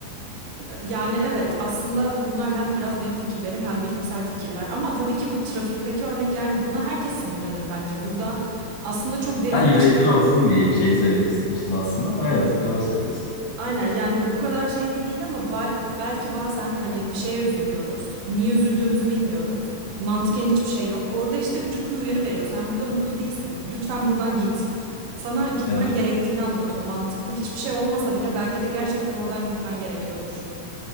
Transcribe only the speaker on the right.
Yani evet aslında bunlar hem biraz benim fikirlerim hem bilimsel fikirler ama tabii ki bu trafikteki örnek yani buna herkes sinirlenir bence. Burada aslında çok derin
bir şey.
Aynen yani bu kadar şey de değil ama ba- belki bazen hani bir şeye üzülüyoruz. Niye üzüldüğümüzü bilmiyoruz. Mantıken hiçbir şey yok. Orada işte vücut bir uyarı veriyor. Sen burada mutlu değilsin. Lütfen buradan git. Sana gitmen
gerektiğini anlatıyor. Mantıklı hiçbir şey olmasa bile belki de gerçekten oradan gitmen gerekiyordur.